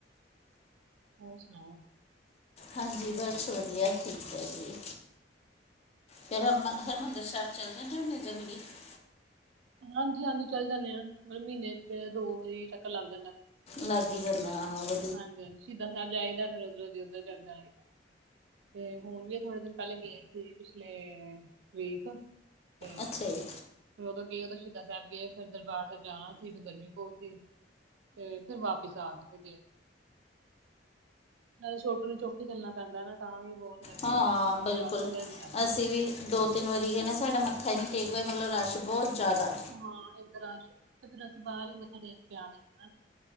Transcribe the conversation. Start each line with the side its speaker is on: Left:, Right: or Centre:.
Right: ਹੋਰ ਸੁਣਾਓ।
Left: ਹਾਂਜੀ ਬਸ ਵਧੀਆ ਠੀਕ ਹੈ ਜੀ ਫਿਰ ਹਰਮ ਹਰਿਮੰਦਰ ਸਾਹਿਬ ਚੱਲਦਾ ਡੇ ਜਲਦੀ <unintelligible>
Right: ਹਾਂਜੀ- ਹਾਂਜੀ ਚੱਲ ਜਾਂਦੇ ਆ ਮਤਲਬ ਮਹੀਨੇ 'ਚ ਦੋ ਵਾਰੀ ਚੱਕਰ ਲੱਗ ਜਾਂਦਾ।
Left: ਲੱਗ ਹੀ ਜਾਂਦਾਂ ਆਂ ਉ ਵ
Right: ਹਾਂਜੀ- ਹਾਂਜੀ ਸ਼ਹੀਦਾ ਸਾਹਿਬ ਜਾਈਦਾ ਫਿਰ ਉਧਰੋਂ ਉੱਧਰ ਚੱਲ ਜਾਈਦਾ। ਤੇ ਹੁਣ ਵੀ ਥੋੜੇ ਦਿਨ ਪਹਿਲੇ ਗਏ ਸੀ ਪਿਛਲੇ ਵੀਕ ਤੇ
Left: ਅੱਛਾ ਜੀ
Right: ਫੇਰ ਉਦੋਂ ਗਏ ਉਦੋਂ ਸ਼ਹੀਦਾ ਸਾਹਿਬ ਗਏ ਫਿਰ ਦਰਬਾਰ ਸਾਹਿਬ ਜਾਣਾ ਸੀ ਫਿਰ ਗਰਮੀ ਬਹੁਤ ਸੀ। ਤੇ ਫਿਰ ਵਾਪਿਸ ਆ ਗਏ। ਉਹਨਾਂ ਦੇ ਛੋਟੂ ਨੂੰ ਚੁੱਕ ਕੇ ਚੱਲਣਾ ਪੈਂਦਾ ਨਾ ਤਾਂ ਵੀ ਬਹੁਤ ਗਰਮੀ
Left: ਹਾਂ
Right: ਹੈ,
Left: ਆਂ ਬਿਲਕੁਲ
Right: ਜਾ ਚੱਲਿਆ ਨੀ ਜਾਂਦਾ ਚੁੱਕ
Left: ਅਸੀਂ ਵੀ
Right: ਕੇ
Left: ਦੋ
Right: ਇਸ
Left: ਤਿੰਨ ਵਾਰੀ ਗਏ ਨਾ ਸਾਡੇ ਮੱਥਾ ਹੀ ਨਹੀਂ ਟੇਕ ਹੋਯਾ ਮਤਲਬ ਰਸ਼ ਬਹੁਤ ਜ਼ਿਆਦਾ
Right: ਹਾਂ ਇੱਕ ਤਾ ਰਸ਼ ਤੇ ਫੇਰ ਅਸੀ ਬਾਹਰ ਹੀ ਮੱਥੇ ਟੇਕ ਕੇ ਆ ਗਏ ਸੀ ਨਾ।